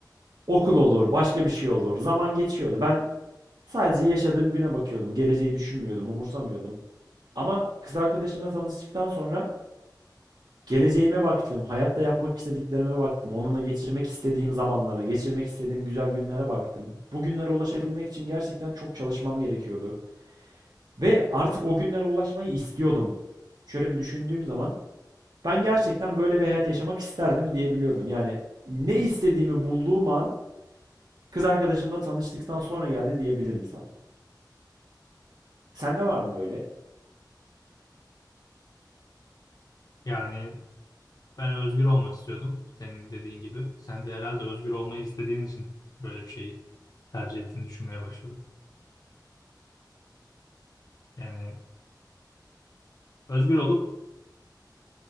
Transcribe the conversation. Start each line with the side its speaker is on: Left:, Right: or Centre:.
Right: Okul olur, başka bir şey olur. Zaman geçiyordu. Ben sadece yaşadığım güne bakıyordum. Geleceği düşünmüyordum, umursamıyordum. Ama kız arkadaşımla tanıştıktan sonra geleceğime baktım, hayatta yapmak istediklerime baktım, onunla geçirmek istediğim zamanlara, geçirmek istediğim güzel günlere baktım. Bu günlere ulaşabilmek için gerçekten çok çalışmam gerekiyordu. Ve artık o günlere ulaşmayı istiyordum. Şöyle bir düşündüğüm zaman ben gerçekten böyle bir hayat yaşamak isterdim diyebiliyordum. Yani ne istediğimi bulduğum an kız arkadaşımla tanıştıktan sonra geldi diyebilirim sana. Sende var mı böyle?
Left: Yani ben özgür olmak istiyordum senin dediğin gibi. Sen de herhalde özgür olmayı istediğin için böyle bir şeyi tercih ettiğini düşünmeye başladım. Yani özgür olup